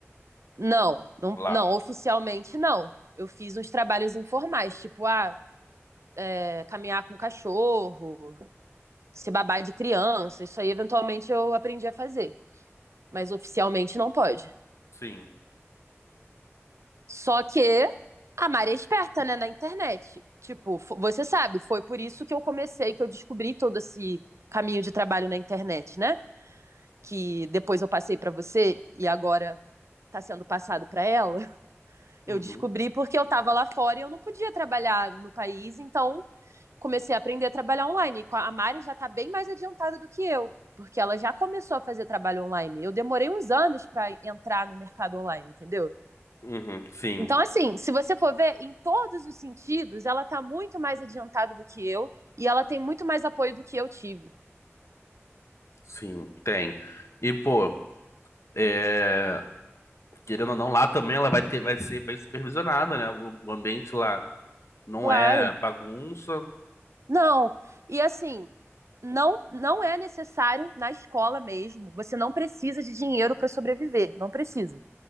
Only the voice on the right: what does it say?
não, não,
não, oficialmente não. Eu fiz uns trabalhos informais, tipo, ah, é, caminhar com cachorro, se babar de criança, isso aí eventualmente eu aprendi a fazer. Mas oficialmente não pode.
Só que a Mari é esperta, né, na internet. Tipo, você sabe, foi por isso que eu comecei, que eu descobri todo esse caminho de trabalho na internet, né? Que depois eu passei pra você e agora tá sendo passado pra ela.
Eu descobri porque eu tava lá fora e eu não podia trabalhar no país, então comecei a aprender a trabalhar online. A Mari já está bem mais adiantada do que eu, porque ela já começou a fazer trabalho online. Eu demorei uns anos para entrar no mercado online, entendeu?
Então, assim, se você for ver, em todos os sentidos, ela está muito mais adiantada do que eu e ela tem muito mais apoio do que eu tive.
Claro.
Não. E assim, não não é necessário na escola mesmo. Você não precisa de dinheiro para sobreviver, não precisa.